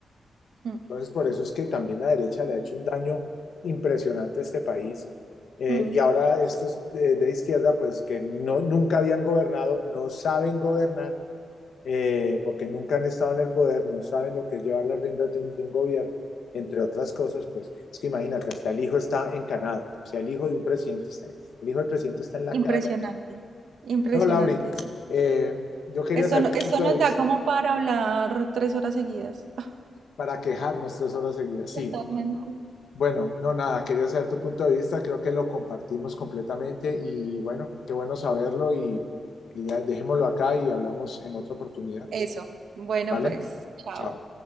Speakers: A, on the right; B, on the left.
A: mm,
B: Entonces, por eso es que también la derecha le ha hecho un daño impresionante a este país. Eh,
A: mm,
B: y ahora estos de, de, izquierda, pues que no, nunca habían gobernado, no saben gobernar, eh, porque nunca han estado en el poder, no saben lo que es llevar las riendas de un, de un gobierno, entre otras cosas, pues es que imagínate, hasta el hijo está encanado, o sea, el hijo de un presidente está, el hijo del presidente está en la
A: Impresionante.
B: cana.
A: Impresionante,
B: No, Lauri,
A: sí.
B: eh, yo quería
A: Esto,
B: saber
A: no-
B: tu
A: esto
B: punto
A: nos
B: de vista
A: da como para hablar tres horas seguidas. <laughs>
B: para quejarnos tres horas seguidas. Sí,
A: Totalmente.
B: Bueno, no, nada, quería saber tu punto de vista, creo que lo compartimos completamente y bueno, qué bueno saberlo y, y ya dejémoslo acá y hablamos en otra oportunidad,
A: Eso. Bueno,
B: ¿vale?
A: pues, chao.
B: Chao.